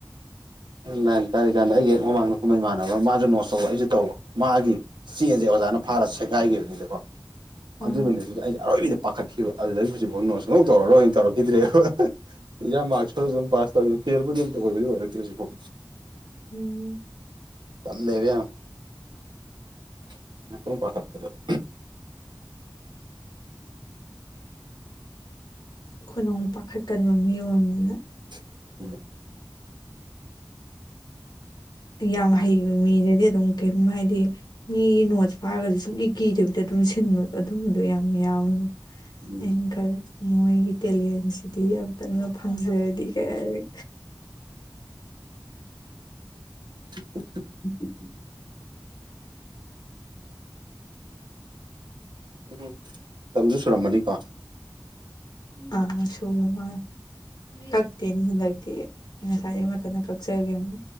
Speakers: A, on the right; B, on the left.
A: ꯊꯥꯏꯅ ꯅꯥꯏꯟ ꯀꯥꯔꯤ ꯀꯥꯟꯗ ꯑꯩꯒꯤ ꯍꯦꯛ ꯃꯃꯥꯡꯗ ꯐꯝꯕ ꯏꯃꯥꯟꯅꯕ ꯑꯃ ꯃꯥꯁꯨ ꯅꯣꯠꯁ ꯇꯧꯕ ꯑꯩꯁꯨ ꯇꯧꯕ ꯃꯥꯒꯤ ꯆꯦꯁꯦ ꯑꯣꯖꯥꯅ ꯐꯥꯔ ꯁꯦꯒꯥꯏꯈꯤꯕꯗꯨꯗꯀꯣ ꯑꯗꯨ
B: ꯑꯪ
A: ꯅꯨꯃꯤꯠꯇꯨꯗꯤ ꯑꯩ ꯑꯔꯣꯏꯕꯤꯗ ꯄꯥꯈꯠꯈꯤꯕ ꯑꯗꯨꯗꯒꯤ ꯍꯧꯖꯤꯛꯐꯥꯎ ꯅꯣꯠꯁ ꯁꯨꯛꯇꯧ ꯇꯧꯔꯔꯣꯏꯅ ꯇꯧꯔꯛꯈꯤꯗ꯭ꯔꯦꯕ ꯑꯦꯛꯖꯥꯝ ꯃꯥꯔꯛ ꯁꯣꯜꯂꯁꯨ ꯑꯗꯨꯝ ꯄꯥꯁ ꯇꯧꯅꯤ ꯐꯦꯜꯕꯨꯗꯤ ꯑꯝꯇ ꯑꯣꯏꯕꯗꯤ ꯑꯣꯏꯔꯛꯇꯦ ꯍꯧꯖꯤꯛ ꯐꯥꯎ
B: ꯎꯝ
A: ꯇꯜꯂꯦꯕ ꯌꯥꯝ <unintelligible>
B: ꯈꯣꯅꯃꯨꯛ ꯄꯥꯈꯠꯀꯟꯕ ꯃꯤ ꯑꯣꯏꯅꯤꯅ
A: <unintelligible>
B: ꯌꯥꯝ ꯍꯩꯕ ꯃꯤꯗꯗꯤ ꯑꯗꯨꯝ ꯀꯩꯝ ꯍꯥꯏꯗꯤ ꯃꯤꯒꯤ ꯅꯣꯠꯁ ꯐꯥꯔꯒꯁꯨ ꯁꯨꯡꯀꯤ ꯀꯤꯗꯕꯤꯗ ꯑꯗꯨꯝ ꯁꯤꯟꯕ ꯑꯗꯨꯝꯕꯗꯣ ꯌꯥꯝ ꯌꯥꯎꯋꯦ
A: ꯎꯝ
B: ꯑꯩꯅ ꯈꯜꯂꯤ ꯃꯣꯏꯒꯤ ꯇꯦꯂꯦꯟꯁꯤꯗꯤ ꯑꯝꯇꯪꯒ ꯐꯪꯖꯔꯗꯤ ꯀꯥꯏꯅ
A: <inaudible>
B: <inaudible>
A: ꯎꯝ ꯇꯝꯁꯨ ꯁꯨꯔꯝꯃꯅꯤꯀꯣ
B: ꯑ ꯁꯨꯕ ꯃꯥꯜꯂꯦ ꯀꯛꯇꯦꯅꯦ ꯍꯟꯗꯛꯇꯤ ꯉꯁꯥꯏꯗꯤ ꯃꯊꯟꯇ ꯀꯛꯆꯒꯤꯝꯅꯤ